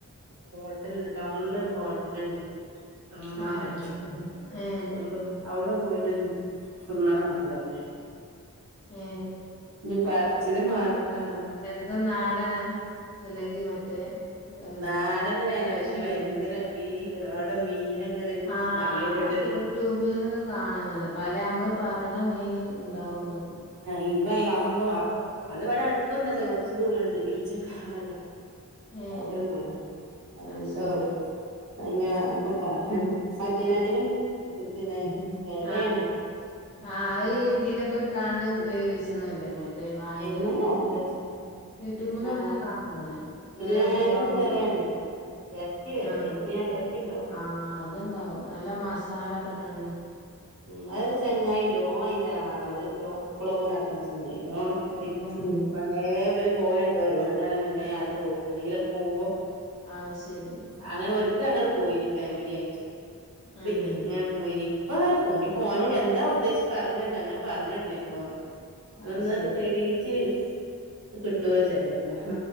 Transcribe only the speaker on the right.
ഹോട്ടലുണ്ട് ടൗണിലൊരു ഹോട്ടൽ ഉണ്ട് അമ്മാരെ
മുമ്പ് അവിടെ പോയിട്ടൊന്ന് തിന്നണമെന്നുണ്ട്
ഇനി പറച്ചില് മാത്രമാണോ
നാടന്നെയാണ് പക്ഷെ
ഭയങ്കര ബീ അവിടെ മീനൊക്കെ ഒരു
അറിയപ്പെട്ടൊരു
ആ ഇപ്പ ഈ അമ്പ അപ്പൊ അതിവിടെ അടുത്തൊന്നുമല്ല കുറച്ച് ദൂരമുണ്ട് ബീച്ചൊക്കെ അവിടൊക്കെ
അവിടെ ഇണ്ട് പോലും
ഉണ്ടാവലും
ഭയങ്കര അതിപ്പം മറ്റനെക്കാട്ടിലും പിന്നെ
വിലയാണ്
എങ്ങനെ ആർക്കറിയാം
ആഹ്
ബിരിയാണിയേട്ടിലും
വെലേണ് എറച്ചി വെലെ
എറച്ചി എറച്ചിണ്ടാവും
ഉം അതൊരു ചെങ്ങായി ഉണ്ട് ഓ അയിന്റെ ആളാ ഒരു എപ്പളും ഒപ്പം നടക്കണ ചെങ്ങായി <unintelligible>
പണ്ടേ ഇവര് പോയ ഉണ്ട് പോലും ഓൻ ഇണ്ടാന്നേന് മുന്നേ ആട്ട് പോവും എന്നെങ്കിലുമൊക്കെ പോകുമ്പം
അങ്ങനെ ഒരിക്ക ഞങ്ങള് പോയിനി ഫാമിലി ആയിട്ട്
പ്പി ഇങ്ങനെ പോയിനി ഇപ്പൊ അങ്ങനെ ഓ ഇഞ്ഞി ഇപ്പൊ ഓനോട് എന്താ ഉദ്ദേശിച്ച് പറഞ്ഞല്ല അങ്ങനെ പറഞ്ഞ കേട്ടിരുന്നു എപ്പോളോന്ന്
ഒന്നങ്ങട്ട്
തെളിയിച്ച് കിട്ടൂല ചെലേപ്പം